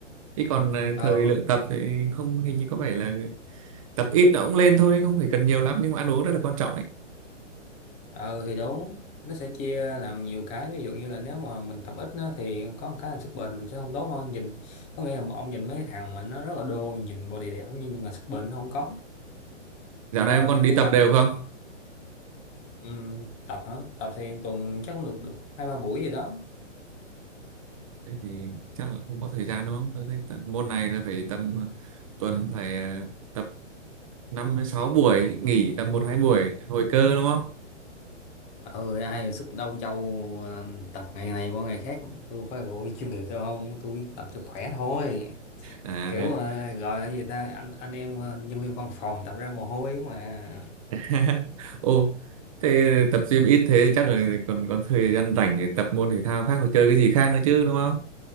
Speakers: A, on the right; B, on the left.
A: Chứ còn ờ,
B: ừ
A: thời lượng tập thì không hình như có vẻ là tập ít nó cũng lên thôi, không phải cần nhiều lắm nhưng mà ăn uống rất là quan trọng ấy.
B: ờ thì đúng nó sẽ chia ra làm nhiều cái ví dụ như là nếu mà mình tập ít á, thì có một cái là sức bền mình sẽ không tốt hơn nhìn có nghĩa là ông nhìn mấy cái thằng mà nó rất là đô nhìn body đẹp nhưng mà sức bền nó không có
A: Dạo
B: ờ,
A: này em còn đi
B: nhưng
A: tập
B: mà
A: đều không?
B: ừm, tập hả tập thì tuần chắc cũng được được hai ba buổi gì đó
A: thế thì chắc là không có thời gian đúng không tôi thấy tập, môn này là phải tầm ờ, tuần phải ờ, tập năm đến sáu buổi nghỉ tầm một hai buổi hồi cơ đúng không
B: ừ ai sức đâu châu ờ, tập ngày này qua ngày khác tôi phải ủi chuyên nghiệp đâu không tôi tập cho khỏe thôi
A: à
B: kiểu
A: thế
B: ờ,
A: ạ.
B: gọi là gì ta anh anh em ờ, nhân viên văn phòng tập ra mồ hôi mà
A: <laughs> ô thế tập gym ít thế thì chắc là còn còn thời gian rảnh để tập môn thể thao khác và chơi cái gì khác nữa chứ đúng không